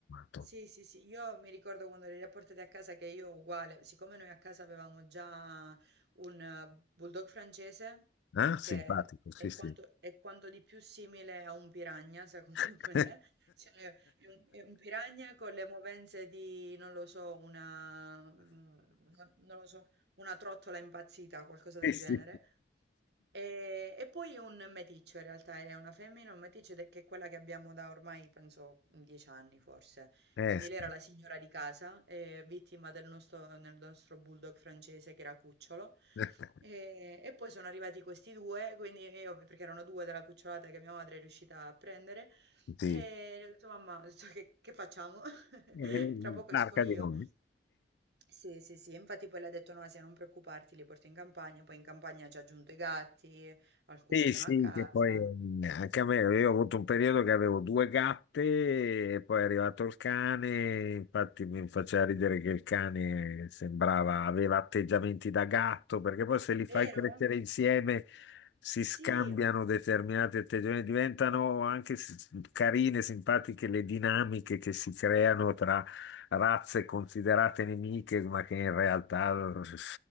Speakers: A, on the left (about 70°); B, on the right (about 65°).
A: tutto
B: sì, sì, sì, io mi ricordo quando le li ha portate a casa che io uguale, siccome noi a casa avevamo già un eh, bulldog francese,
A: sommato, eh, simpatico,
B: che
A: sì,
B: è
A: sì.
B: quanto, è quanto di più simile a un piranha, secondo
A: <laughs>
B: <laughs> me, cioè è un, è un piranha con le movenze di, non lo so, una, mm, non lo so, una trottola impazzita, qualcosa del
A: Sì, sì.
B: genere. E, e poi un meticcio in realtà, è una femmina, un meticcio ed è che è quella che abbiamo da ormai, penso, dieci anni forse.
A: Eh,
B: Quindi
A: sì.
B: lei era la signora di casa, eh, vittima del nostro, del nostro bulldog francese che era cucciolo.
A: <laughs>
B: E, e poi sono arrivati questi due, quindi io, perché erano due della cucciolata che mia madre è riuscita a prendere,
A: Sì.
B: e ho detto, mamma, ho detto, che, che facciamo? <laughs>
A: È un'arca
B: Tra poco esco io.
A: di nomi.
B: Sì, sì, sì, e infatti poi le ha detto Nasia non preoccuparti, li porto in campagna, poi in campagna ci ha aggiunto i gatti, alcuni
A: Sì,
B: sono
A: sì,
B: a casa.
A: che poi eh, anche a me, io ho avuto un periodo che avevo due gatte e poi è arrivato il cane, infatti mi faceva ridere che il cane sembrava, aveva atteggiamenti da gatto, perché poi se li fai
B: Vero?
A: crescere insieme si
B: Sì,
A: scambiano determinati atteggiamenti, diventano anche s- carine, simpatiche le dinamiche che si creano tra razze considerate nemiche, ma che in realtà eh,